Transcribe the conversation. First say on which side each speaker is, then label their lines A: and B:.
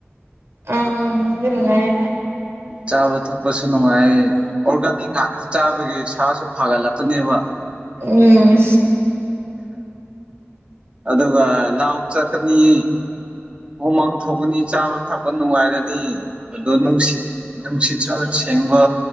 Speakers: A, on the right (about 70°); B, on the right (about 25°).
A: ꯎꯝ ꯑꯗꯨ ꯅꯨꯡꯉꯥꯏꯔꯦ
B: ꯆꯥꯕ ꯊꯛꯄꯁꯨ ꯅꯨꯡꯉꯥꯏ ꯑꯣꯔꯒꯥꯅꯤꯛ ꯉꯥꯛꯇ ꯆꯥꯕꯒꯤ ꯁꯥꯁꯨ ꯐꯒꯠꯂꯛꯀꯅꯦꯕ
A: ꯎꯝ
B: ꯑꯗꯨꯒ ꯂꯥꯎ ꯆꯠꯀꯅꯤ ꯍꯣꯃꯥꯡ ꯊꯣꯛꯀꯅꯤ ꯆꯥꯕ ꯊꯛꯄ ꯅꯨꯡꯉꯥꯏꯔꯅꯤ ꯑꯗꯣ ꯅꯨꯡꯁꯤꯠ ꯅꯨꯡꯁꯤꯠꯁꯨ ꯁꯦꯡꯕ